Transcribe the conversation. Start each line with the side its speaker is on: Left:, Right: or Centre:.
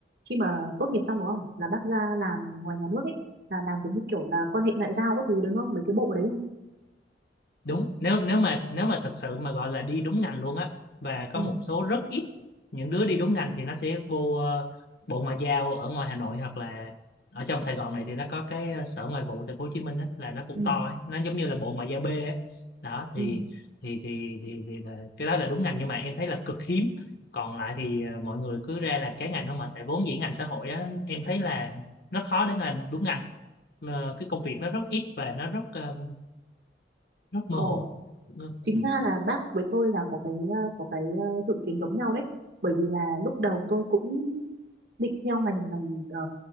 Right: khi mà tốt nghiệp xong đúng không là bác ra làm ngoài nhà nước ấy là làm giống như kiểu là quan hệ ngoại giao các thứ đúng không mấy cái bộ đấy không
Left: đúng nếu nếu mà nếu mà thật sự mà gọi là đi đúng ngành luôn á và có
Right: ừ
Left: một số rất ít những đứa đi đúng ngành thì nó sẽ vô ờ, bộ ngoại giao ở ngoài Hà Nội hoặc là ở trong Sài Gòn này thì nó có cái ờ, sở ngoại vụ thành phố Hồ Chí Minh á là nó cũng
Right: ừ
Left: to ấy. nó giống như là bộ ngoại giao B ấy. đó thì
Right: ừ
Left: thì thì thì, thì là, cái đó là đúng ngành nhưng mà em thấy là cực hiếm còn lại thì ờ, mọi người cứ ra làm trái ngành không mà tại vốn dĩ ngành xã hội á em thấy là nó khó để làm đúng ngành Ờ, cái công việc nó rất ít và nó rất ờ, rất mơ
Right: Ồ
Left: hồ
Right: chính
Left: Ừ.
Right: ra là bác với tôi là có cái ờ, có cái ờ, dự kiến giống nhau đấy bởi vì là lúc đầu tôi cũng định theo ngành ngành ờ,